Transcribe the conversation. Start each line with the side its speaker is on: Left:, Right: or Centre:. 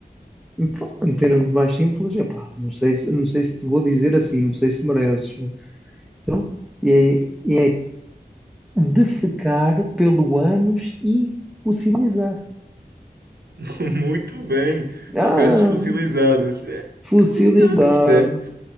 Centre: Então, em termos mais simples, epá, não sei se, não sei se te vou dizer assim, não sei se mereces. né? Então, é, é defecar pelo ânus e fossilizar.
Right: <laughs> Muito bem, fezes
Centre: Ah,
Right: fossilizadas. É,
Centre: fossilizado.
Right: tu, não, tu percebes,